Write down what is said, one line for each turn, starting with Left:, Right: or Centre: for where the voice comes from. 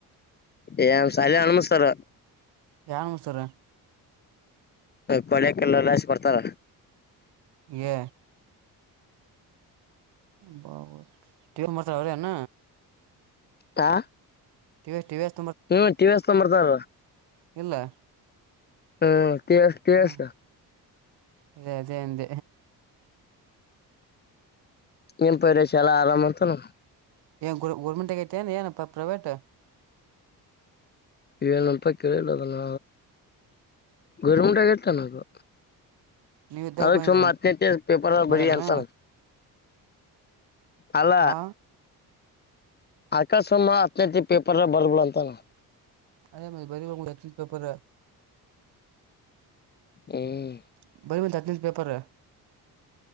Left: ಏ ಶಾಲ ಅನುಮ್ತಾರ
Right: ಯಾರ ಮಸಾರ
Left: ಕೊಳೆಕಲ್ಲಲ್ಲಷ್ಟ ಬರ್ತಾರ
Right: ಹ ಬ ತೀರ್ ಮತ್ರ ಅರ್ಣ
Left: ಹಾ
Right: ಟಿವ ಟಿವಸ್
Left: ಹ್ಮ್ ಟಿವ ವಿ ಎಷ್ಟಕೊಂಬರ್ತಾರ
Right: ಇಲ್ಲ
Left: ಹ್ಮ ಕೆ ಕೆಸ
Right: ಹ ಅದೇ ಅದೇ ಅಂದ
Left: ನಿ ಪೈರೇಶ ಎಲ್ಲ ಆರಾಮ ಅಂತನು
Right: ಗೋರ್ಮೆಂಟ್ಗತ ಏನು ಪ್ರೈವೇಟ್
Left: ಏನಪ್ಪ ಕೇಳಿಲ್ಲದ ನ ಗರ್ಮುಟಗತ್ತ ನಗು
Right: ನೀವ ಇದ್ದಾಗ
Left: ಹದಕ
Right: ಬಂದಿದ್ರ
Left: ಸೋಮತ್ತೆತ್ತಿ ಪೇಪರ್
Right: ಬಂದಾರನ
Left: ಭರಿ ಅಂತನ. ಅಲ್ಲ
Right: ಹಾ
Left: ಆಕಾಶಮ್ಮ ಹತ್ತನೇತ್ತ ಪೇಪರ್ ಬರ್ದಬುಡು ಅಂತನ ಅವ್ನು.
Right: ಅ ಬರಿ ಬೆಡ ಆಕಿ ಪೇಪರಾಗ.
Left: ಹ್ಮ್
Right: <unintelligible> ಪೇಪರ್